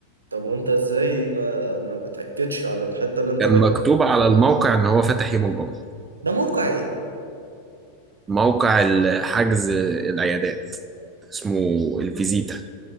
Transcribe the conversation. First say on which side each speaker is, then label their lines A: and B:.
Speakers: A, on the right (about 75°); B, on the right (about 20°).
A: طب وانت ازاي ما ما بتأكدش على الحتة اللي انت
B: كان
A: رايحها
B: مكتوب على الموقع ان هو فاتح يوم الجمعه
A: ده موقع ايه
B: موقع ال- حجز العيادات اسمه الفيزيتا